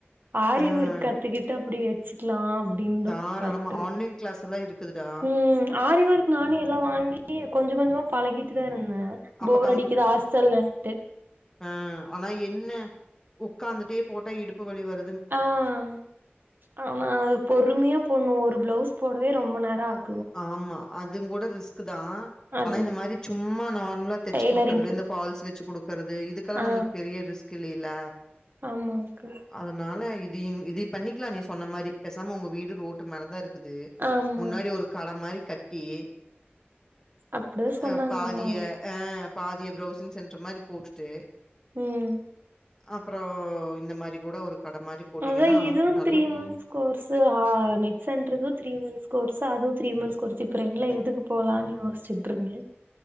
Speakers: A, on the right; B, on the left.
A: ஆரி
B: ஆ
A: வொர்க் கத்துக்கிட்டு அப்படி வச்சுிக்கலா அப்படனு தான்
B: தாராளமா
A: பாத்து
B: ஆன்லைன் கிளாஸ் எல்லாம் இருக்குதுடா.
A: உம் ஆரி ஒர்க் நானே எல்லாம் வாங்கி கொஞ்சம கொஞ்சமா பழகிட்டு எ தருங்க <unintelligible>
B: அப்ப
A: போரடிக்கது ஆஸ்டல்லண்டது
B: ஆ ஆனா என்ன உக்காந்துட்டே போட்டா இடுப்பு லி வரு
A: ஆஹ் ஆமா பொறுமையா போடணோ ஒரு பிளவுஸ் போடவே ரொம்ப நேர ஆகு
B: ஆமா அது அதுங்கூட ரிஸ்க்தான்
A: அது
B: ஆனா இந்த மாரி சும்மா நாள் <unintelligible> தச்சு
A: டெய்லரிங்க்கு
B: குடுக்றது இந்த பால்ஸ் வச்சு குடுக்க கர்து இதுக்காகா
A: ஆ
B: நம்மளுக்கு பெரிய ரிஸ்க் இல்லைல்ல
A: ஆமாங்க்கா
B: அதனால இது இது பண்ணிக்கலா நீ சொன்ன மாரி பேசாம உங்க வீடு ரோட்டு மேலதா இருக் குது
A: ஆமா
B: முன்னாடி ஒரு ப்ளம் மாரி கட்டி
A: அப்டிதா சொன்னாங்க
B: அ பாதிய
A: அம்மாவு
B: ஆ பாதிய பிரவுசிங் சென்டர் மாரி போட்டுட்டு
A: ம்
B: அப்பறம் இந்த மாரி கூட ஒரு கட மாரி போட்டீங்கன்னா,
A: அதா இதுவும்
B: நல்லா
A: த்ரீ மந்த்ஸ் கோர்ஸ் ஆ நெட் சென்டர்து த்ரீ மந்த்ஸ் கோர்சு அதுவும் த்ரீ மந்த்ஸ் கோர்சு இப்ப ரெண்ட்ல எதுக்கு போலான்னு யோசிச்சுட்டு இருக்கே